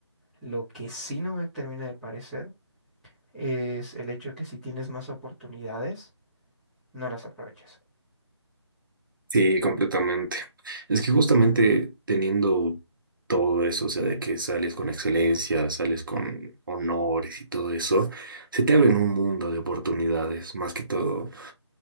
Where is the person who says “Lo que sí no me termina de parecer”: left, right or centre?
Centre